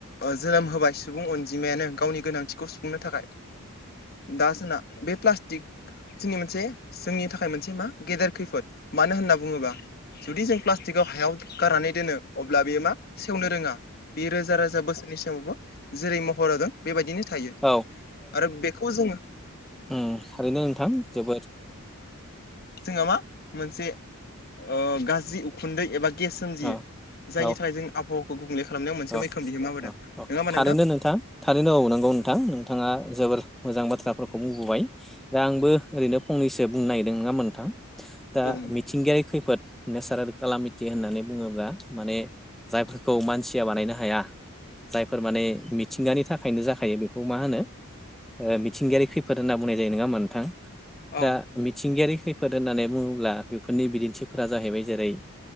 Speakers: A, on the left; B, in the centre.
A: ओ जोनोम होबाय सुबुं अनजिमायानो गावनि गोनांथिखौ सुफुंनो थाखाय। दा जोंना बे प्लास्टिक जोंनि मोनसे जोंनि थाखाय मोनसे मा गेदेर खैफोद मानो होनना बुंङोबा जुदि जों प्लास्टिकआव हायाव गारनानै दोनो अब्ला बेयो मा सेवनो रोंङा। बे रोजा रोजा बोसोरनि सावबो जेरै महर होगोन बेबायदिनो थायो।
B: औ
A: आरो बेखौ जोंङो
B: उम थारैनो नोंथां जोबद
A: जोंहा मा मोनसे ओ गाज्रि उखुन्दै एबा गेसजों
B: औ
A: दि जायनि
B: औ
A: थाखाय जों आबहावाखौ गुबुंले खालामनायाव मोनसे
B: औ
A: मैखोम बिहोमा होबोदों
B: औ
A: नोंङा
B: औ
A: होमबा
B: थारैनो
A: नोंथां?
B: थारैनो औ नंगौ नोंथां नोंथांङा जोबोर मोजां बाथ्राफोरखौ बुंबोबाय। दा आंबो ओरैनो फंनैसो बुंनो नागिरदों नोंङा होमबा नोंथां? दा
A: औ नोंथां
B: मिथिंगायारि खैफोद नेचारेल खालामिटि होननानै बुंङोब्ला माने जायफोरखौ मानसि खुथिया बानायनो हाया जायफोर माने मिथिंगानि थाखायनो जाखायो। बेखौ मा होनो ओ मिथिंगायारि खैफोद होनना बुंनाय जायो। नोंङा होमबा नोंथां
A: औ
B: दा मिथिंगायारि खैफोद होननानै बुंङोब्ला बेफोरनि बिदिन्थिफोरा जाहैबाय जेरै